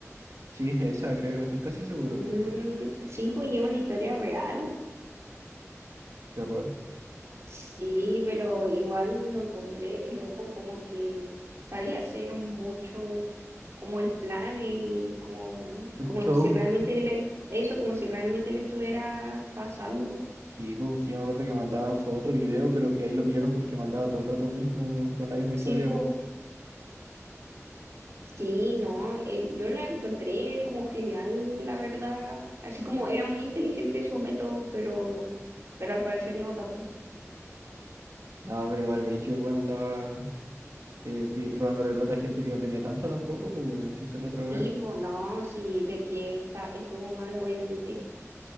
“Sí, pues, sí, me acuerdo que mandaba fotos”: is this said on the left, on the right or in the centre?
Right